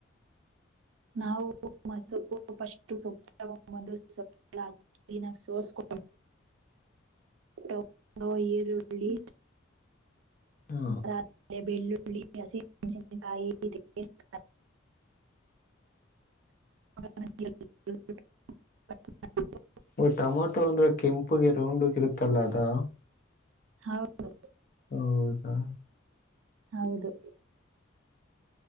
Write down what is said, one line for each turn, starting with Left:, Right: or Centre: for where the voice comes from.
Right: ನಾವು ಮಸೊಪ್ಪು ಫಸ್ಟು ಸೊಪ್ ತಗೊಬಂದು ಸೊಪ್ ಗಳ ಕ್ಲೀನಗೆ ಸೋಸ್ಕೊಂ
Left: <unintelligible>
Right: ಟಗೊ ಇರುಳ್ಳಿ
Left: ಹಾ
Right: ರಾ ಪೆ ಬೆಳ್ಳುಳ್ಳಿ ಹಸಿಮೆಣ್ಸಿನ್ ಕಾಯಿ ತೆಂಗಿನ್ ಕಾಯಿ <inaudible> <unintelligible>
Left: ಒ ಟೊಮೊಟೊ ಅಂದ್ರೆ ಕೆಂಪುಗೆ ರೌಂಡಗಿರುತ್ತಲ್ಲ ಅದಾ
Right: ಹೌದು
Left: ಹೌದಾ
Right: ಹೌದು